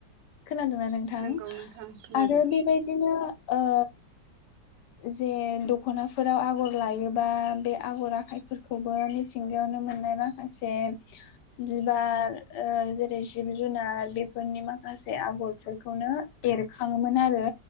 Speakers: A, on the left; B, on the right.
A: खोनादोंना नोंथां
B: नंगौ नोंथां खोनादों
A: आरो बेबायदिनो ओ जे दख'नाफोराव आगर लायोबा बे आगर आखाइफोरखौबो मिथिंगायावनो मोननायबा <unintelligible> बिबार ओ जेरै जिब जुनार बेफोरनि माखासे आगरफोरखौनो एरखाङोमोन आरो